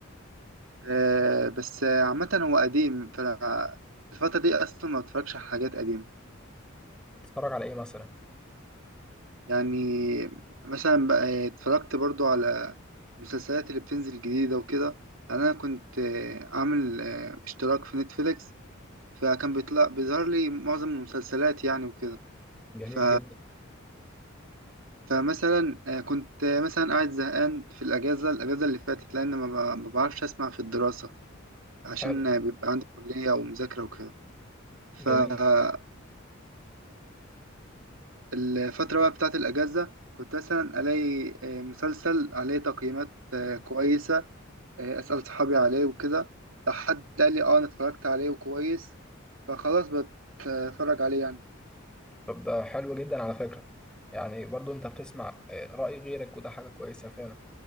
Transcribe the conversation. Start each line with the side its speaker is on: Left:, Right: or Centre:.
Right: آه بس آه، عامة هو قديم فالفترة دي أصلا ما بتفرجش على حاجات قديمة
Centre: تتفرج على ايه مثلا
Right: يعني مثلا بقى اتفرجت برضو على المسلسلات اللي بتنزل جديدة وكده يعني أنا كنت آه، عامل آه، اشتراك في نتفليكس فكان بيطلع بيظهر لي معظم المسلسلات يعني وكده
Centre: جميل
Right: ف...
Centre: جدا
Right: فمثلا آه، كنت آه، مثلا قاعد زهقان في الأجازة الأجازة اللي فاتت لأن ما ب- ما بعرفش أسمع في الدراسة عشان
Centre: حلو
Right: آه، بيبقى عندي كلية ومذاكرة وكده فكنت
Centre: جميل
Right: الفترة بقى بتاعت الأجازة كنت مثلا ألاقي آه، مسلسل عليه تقييمات آه، كويسة آه، أسأل صحابي عليه وكده لو حد قال لي أه أنا اتفرجت عليه وكويس فخلاص بتفرج عليه يعني
Centre: طب ده حلو جدا على فكرة يعني برضو انت بتسمع آه، رأي غيرك وده حاجة كويسة فعلا